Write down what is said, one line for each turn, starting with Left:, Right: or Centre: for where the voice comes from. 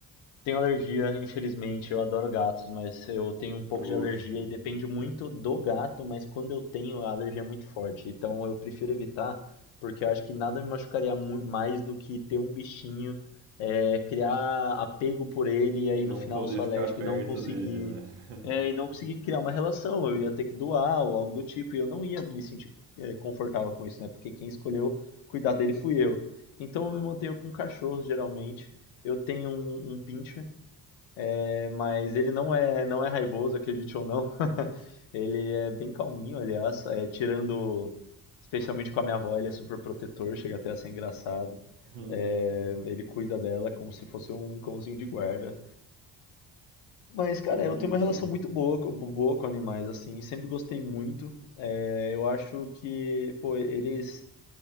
Left: tenho alergia, infelizmente. Eu adoro gatos, mas eu tenho um pouco
Right: Poxa,
Left: de alergia e depende muito do gato, mas quando eu tenho, a alergia é muito forte. Então eu prefiro evitar, porque eu acho que nada me machucaria mu- mais do que ter um bichinho, é, criar apego por ele e
Right: e
Left: aí
Right: não
Left: no final
Right: poder
Left: eu sou
Right: ficar
Left: alérgico
Right: perto
Left: e não conseguir,
Right: dele, né? <laughs>
Left: é, e não conseguir criar uma relação. Eu ia ter que doar ou algo do tipo e eu não ia me sentir, é, confortável com isso, né? Porque quem escolheu cuidar dele fui eu. Então eu me mantenho com cachorros geralmente. Eu tenho um, um pincher, é, mas ele não é, não é raivoso, acredite ou não. <laughs> Ele é bem calminho, aliás, é, tirando, especialmente com a minha avó, ele é super protetor, chega até a ser engraçado.
Right: Hum,
Left: É, ele cuida dela como se fosse um cãozinho de guarda. Mas, cara,
Right: que bonitinho.
Left: eu tenho uma relação muito boa, com- boa com animais, assim, sempre gostei muito. É, eu acho que, pô, eles